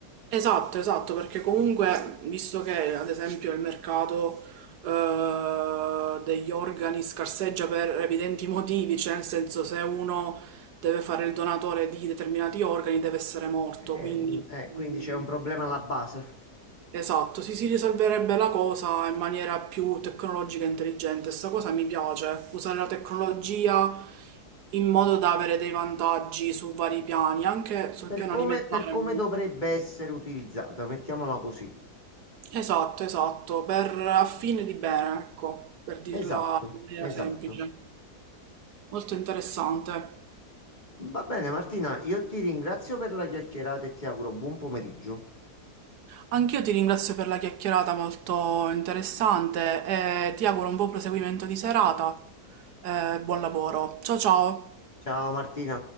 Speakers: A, on the right; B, on the left.
A: Esatto, esatto, perché comunque, visto che ad esempio il mercato eh, degli organi scarseggia per evidenti motivi, cioè nel senso se uno deve fare il donatore di determinati organi deve essere morto,
B: Eh,
A: quindi
B: eh,
A: mh,
B: quindi c'è un problema alla base.
A: esatto, si, si risolverebbe la cosa in maniera più tecnologica e intelligente. Sta cosa mi piace, usare la tecnologia in modo da avere dei vantaggi su vari piani, anche sul
B: Per
A: piano
B: come,
A: alimentare.
B: per come dovrebbe essere utilizzata, mettiamola così.
A: Esatto, esatto, per a fine di bene, ecco, per dirla
B: Esatto,
A: in maniera
B: esatto.
A: semplice. Molto interessante.
B: Va bene Martina, io ti ringrazio per la chiacchierata e ti auguro buon pomeriggio.
A: Anch'io ti ringrazio per la chiacchierata molto interessante e ti auguro un buon proseguimento di serata. Eh, buon lavoro. Ciao ciao.
B: Ciao Martina.